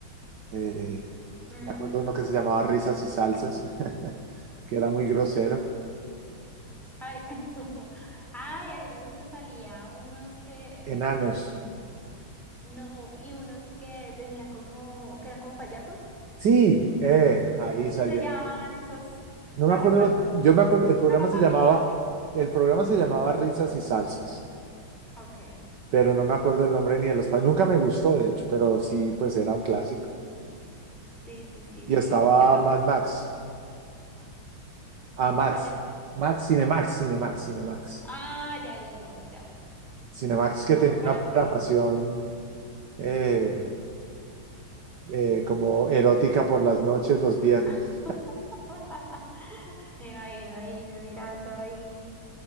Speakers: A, on the right (about 60°); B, in the centre.
A: Eh,
B: Ujú,
A: me acuerdo uno que se llamaba Risas
B: Por eso
A: y Salsas,
B: le decían.
A: <laughs> que era muy grosero.
B: Ay, <laughs> ay, ahí era donde salía unos que
A: Enanos.
B: eh, tenían, no, y unos que tenían como, que eran como payasos.
A: Sí, eh, ahí
B: ¿Cómo
A: salía.
B: se llamaban esos?
A: No
B: No
A: me acuerdo,
B: recuerdo.
A: los- yo me acuerdo, el programa
B: Era una familia,
A: se llamaba,
B: ¿sí?
A: el programa se llamaba Risas y Salsas,
B: Ok.
A: pero no me acuerdo el nombre ni de los países. Nunca me gustó, de hecho, pero sí, pues era un clásico.
B: Sí, sí, sí,
A: y
B: sí.
A: estaba
B: Yo,
A: Mad Max. Ah, Max.
B: ¿cuál es?
A: Max, Cinemax, Cinemax, Cinemax.
B: Ah, ya, ya, ya, ya, ya.
A: Cinemax
B: No,
A: que tenía
B: pero
A: una
B: sí.
A: programación eh, eh, como erótica por las noches, los viernes.
B: <laughs> <laughs> Me imagino ahí mirando ahí